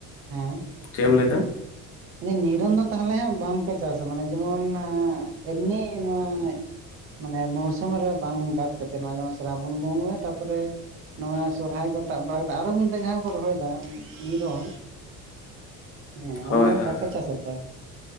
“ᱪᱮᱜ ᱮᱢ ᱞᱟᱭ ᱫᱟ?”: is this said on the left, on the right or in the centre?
Left